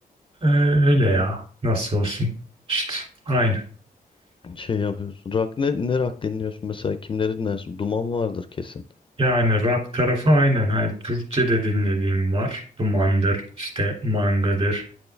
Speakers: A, on the right; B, on the left.
A: Ee, öyle
B: Hı
A: ya
B: hı.
A: nasıl olsun işte aynı.
B: Şey yapıyorsun. Rock ne, ne rock dinliyorsun mesela? Kimleri dinlersin? Duman vardır kesin.
A: Yani rock tarafı aynen hani Türkçe de dinlediğim var. Dumandır, işte Manga'dır,